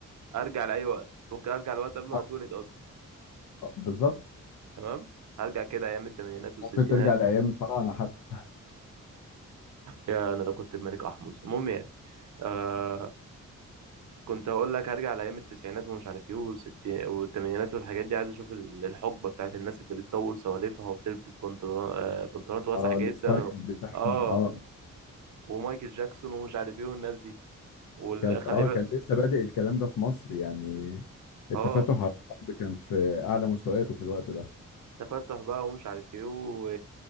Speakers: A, on the right (about 60°); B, on the left (about 90°).
A: ارجع لأي وقت ممكن ارجع لوقت قبل ما
B: آه،
A: اتولد اصلا
B: آه، بالظبط
A: تمام هرجع كده ايام الثمانينات والستينات
B: ممكن ترجع لأيام الفراعنة حتى
A: يا انا لو كنت الملك احمص المهم يعني آه كنت هقول لك هرجع لايام التسعينات ومش عارف ايه والستي- والثمانينات والحاجات دي عايز اشوف ال- الحقبه بتاعت الناس اللي بتطول سواليفها وبتلبس بنطلون آه بنطلونات واسعه
B: اه
A: جدا
B: الستايل
A: و...
B: بتاعهم
A: اه
B: اه
A: ومايكل جاكسون ومش عارف ايه والناس دي وخلي
B: كانت اه
A: بالك
B: كان لسه بادئ الكلام ده في مصر يعني التفتح
A: اه
B: على الارض كان في اعلى مستوياته في الوقت ده
A: تفتح بقى ومش عارف ايه و...